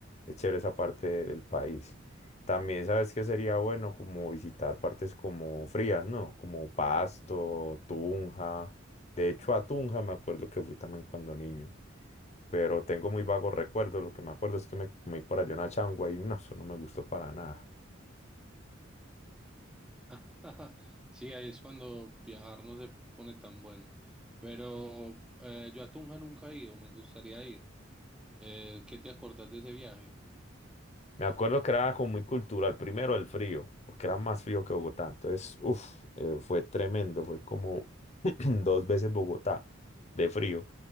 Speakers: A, on the left; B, in the centre.
A: Es chévere esa parte del país. También, ¿sabes qué sería bueno? Como visitar partes como frías, ¿no? Como Pasto, Tunja. De hecho, a Tunja me acuerdo que fui también cuando niño. Pero tengo muy vagos recuerdos. Lo que me acuerdo es que me comí por allá una changua y no, eso no me gustó para nada.
B: <laughs> Sí, ahí es cuando viajar no se pone tan bueno. Pero eh, yo a Tunja nunca he ido, me gustaría ir. Eh, ¿qué te acordás de ese viaje?
A: Me acuerdo que era como muy cultural. Primero el frío, porque era más frío que Bogotá. Entonces, uff, fue tremendo. Fue como <clears throat> dos veces Bogotá de frío.